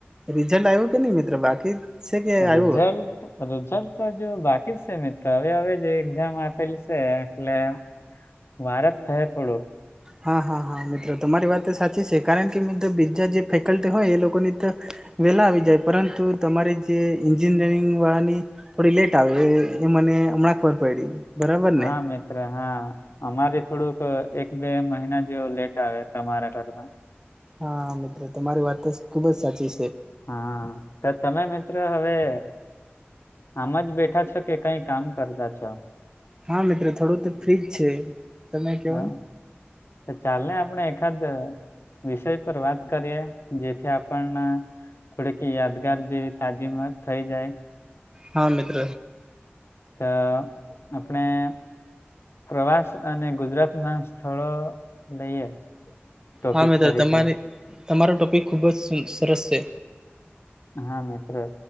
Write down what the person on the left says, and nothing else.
રિઝલ્ટ. રિઝલ્ટ તો હજુ બાકી જ છે મિત્રો હવે હવે એક્ઝામ આપેલી છે એટલે. વાર જ થાય થોડો.
હા
મે હા અમારે થોડુંક એક બે મહિના જે લેટ આવે તમારા ઘરમાં.
હા તો તમે મિત્રો હવે. આમ જ બેઠા છ કે કઈ કામ કરતા છો.
હા
ચાલેને આપણે એકાદ વિષય પર વાત કરીએ જેથી આપણે થોડીક યાદગાર જેવી તાજીમાં થઈ જાય.
તો આપણે. પ્રવાસ અને ગુજરાત ના સ્થળો લઈએ. ટોપિક
તરીકે
હા મિત્રો